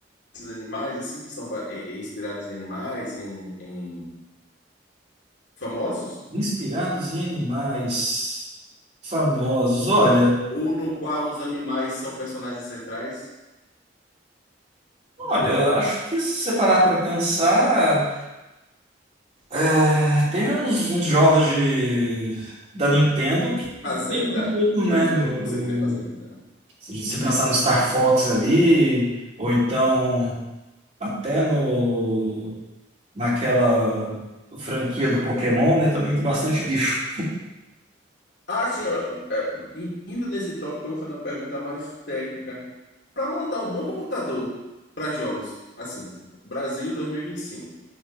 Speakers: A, on the left (about 65°); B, on the right (about 40°).
A: animais, assim, que são ba- eh, eh, inspirados em animais, em, em famosos?
B: Inspirados em animais famosos. Olha,
A: Ou no qual os animais são personagens centrais?
B: olha, acho que se você parar para pensar, é, tem uns, uns jogos de, da Nintendo que
A: Fazenda?
B: lembram um pouco,
A: Tem
B: né?
A: uns que
B: O,
A: você cria fazenda.
B: o- se você pensar no Star Fox ali, ou então até no, naquela franquia do Pokémon, né? Também tem bastante bicho.
A: Ah, sim, eh, eh, indo nesse tópico, eu vou fazer uma pergunta mais técnica. Para montar um bom computador para jogos, assim, Brasil 2025.